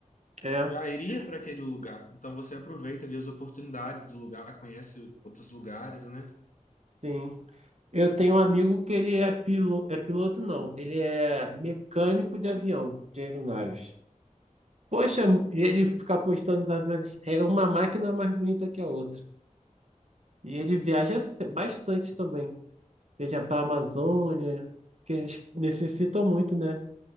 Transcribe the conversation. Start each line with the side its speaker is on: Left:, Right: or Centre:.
Right: é.
Left: já iria para aquele lugar. Então você aproveita ali as oportunidades do lugar, conhece outros lugares, né?
Right: Sim. Eu tenho um amigo que ele é piloto, é piloto não, ele é mecânico de avião, de aeronaves. Poxa, ele fica postando os aviões, é uma máquina mais bonita que a outra. E ele viaja se- bastante também, seja para a Amazônia, que eles necessitam muito, né,